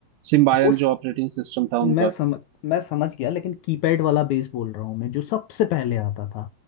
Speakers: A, on the right; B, on the left.
A: सिम्बायन
B: वो स-
A: जो ऑपरेटिंग सिस्टम था
B: मैं
A: उनका
B: समझ मैं समझ गया लेकिन कीपैड वाला बेस बोल रहा हूँ मैं जो सबसे पहले आता था